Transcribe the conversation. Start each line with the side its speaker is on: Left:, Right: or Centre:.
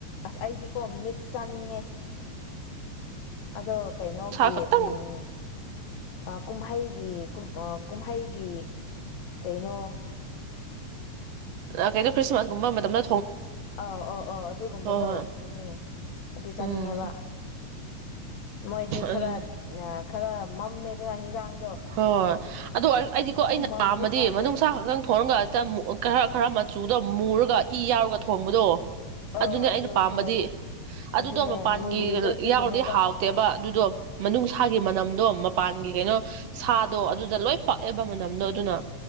Left: ꯑꯁ ꯑꯩꯗꯤꯀꯣ ꯃꯤꯛꯁ ꯆꯥꯅꯤꯡꯉꯦ ꯑꯗꯣ ꯀꯩꯅꯣꯒꯤ
Right: ꯁꯥ ꯈꯛꯇꯪ
Left: ꯎꯝ ꯀꯨꯝꯍꯩꯒꯤ ꯀꯨꯝꯍꯩꯒꯤ ꯀꯩꯅꯣ
Right: ꯑ ꯀꯩꯅꯣ ꯈ꯭ꯔꯤꯁꯃꯁꯒꯨꯝꯕ ꯃ ꯃꯇꯝꯅ
Left: ꯑꯥꯎ ꯑ ꯑꯣ ꯑꯗꯨꯒꯨꯝꯕꯗꯣ
Right: ꯍꯣꯏ
Left: ꯑꯗꯨꯅꯦ ꯑꯗꯨ ꯆꯥꯅꯤꯡꯉꯦꯕ
Right: ꯎꯝ
Left: ꯃꯣꯏꯗꯤ ꯈꯔ
Right: ꯑꯗꯨ
Left: ꯑ ꯈꯔ ꯃꯝꯃꯦꯗꯅ ꯍꯤꯟꯖꯥꯡ
Right: ꯍꯣꯏ ꯑꯗꯨ ꯑꯩꯗꯤꯀꯣ ꯑꯩꯅꯍꯝꯃꯗꯤ
Left: ꯃꯝꯃꯦ ꯍꯥꯏꯗꯣꯏꯔꯥ
Right: ꯃꯅꯨꯡꯁꯥ ꯈꯛꯇꯪ ꯊꯣꯟꯒ ꯍꯛꯇ ꯈꯔ ꯈꯔ ꯃꯆꯨꯗꯣ ꯃꯨꯔꯒ ꯏ ꯌꯥꯎꯔꯒ ꯊꯣꯡꯕꯗꯣ
Left: ꯑꯣ
Right: ꯑꯗꯨꯅꯦ
Left: ꯑꯗꯨ
Right: ꯑꯩꯅ ꯄꯥꯝꯕꯗꯤ
Left: ꯑꯗꯨ
Right: ꯑꯗꯨꯗꯣ
Left: ꯑꯗꯨꯅꯦ
Right: ꯃꯄꯥꯟꯒꯤ
Left: ꯃꯨꯔꯤꯗꯣ ꯑꯗꯨꯒꯤꯅꯦꯕ
Right: ꯌꯥꯎꯔꯗꯤ ꯍꯥꯎꯇꯦꯕ ꯑꯗꯨꯗꯣ ꯃꯅꯨꯡꯁꯥꯒꯤ ꯃꯅꯝꯗꯣ ꯃꯄꯥꯟꯒꯤ ꯀꯩꯅꯣ <inaudible> ꯁꯥꯗꯣ ꯑꯗꯨꯗ ꯂꯣꯏ ꯄꯥꯛꯑꯦꯕ ꯃꯅꯝꯗꯣ ꯑꯗꯨꯅ